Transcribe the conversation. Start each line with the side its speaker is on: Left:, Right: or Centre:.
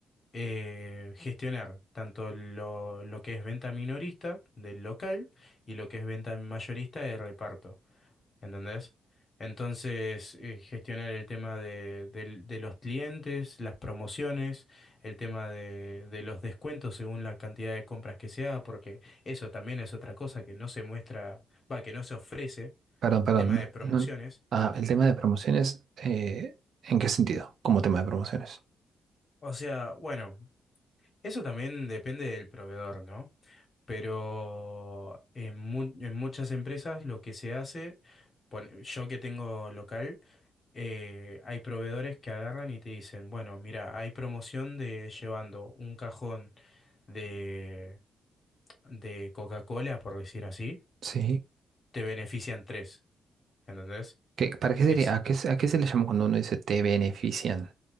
Left: eh, gestionar tanto lo, lo que es venta minorista del local y lo que es venta mayorista del reparto, ¿entendés? Entonces, eh, gestionar el tema de, del- de los clientes, las promociones, el tema de, de los descuentos según la cantidad de compras que se haga, porque eso también es otra cosa que no se muestra, va, que no se ofrece,
Right: Perdón, perdón.
Left: el tema de promociones.
Right: no- no- ah, el tema de promociones, eh, ¿en qué sentido? Como tema de promociones.
Left: O sea, bueno, eso también depende del proveedor, ¿no? pero en, mu- en muchas empresas lo que se hace, pon- yo que tengo local, eh, hay proveedores que agarran y te dicen, bueno, mira, hay promoción de llevando un cajón de, de Coca-Cola, por decir así,
Right: Sí.
Left: te benefician tres, ¿entendés?
Right: ¿Qué, para qué sería?
Left: Es,
Right: ¿A qué, se- a qué se le llama cuando uno dice te benefician?